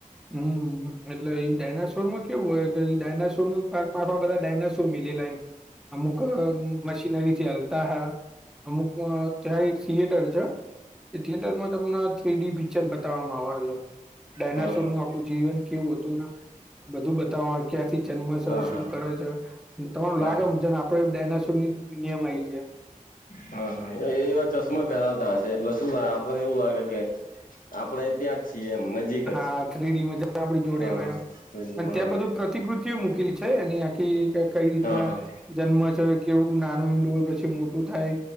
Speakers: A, in the centre; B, on the left (about 80°).
A: હમ એટલે ઈ ડાયનાસોર માં કેવું હોય કે ડાયનાસોર નું પા ખમા બધા ડાયનોસર મિલેલા એમ અમુક મશીનરી ચાલતા હા અમુક ત્યાં એક થિયેટર છે. એ થિયેટર માં તમને થ્રીડી પિક્ચર બતાવવામાં આવે છે, ડાયનાસોર
B: હા હા
A: નું આખું જીવન કેવું હતું બધું બતાવ ક્યાંથી જન્મ છે,
B: હા
A: શું કરે છે. અને તમારું
B: હા
A: લાગે છે ને આપડે ડાયનાસોર ની નિયમ આવીયમ
B: હા હા એ એ વા જશો. ફેલાવતા હશે એટલે શું લે આપને એવું લાગે કે આપડે ત્યાં જ છીએ એમ નજીક
A: હા
B: જ
A: થ્રીડી મજા આપ જોડે
B: હા
A: હોય
B: હા રેડિયોમાં
A: અને ત્યાં
B: હા
A: બધું પ્રતિકૃતિઓ મૂકેલી છે અને આખી કઈ રીતના
B: હા હા
A: જન્મ છે કેવડું નાનું ઈંડુ હોય પછી મોટું થાય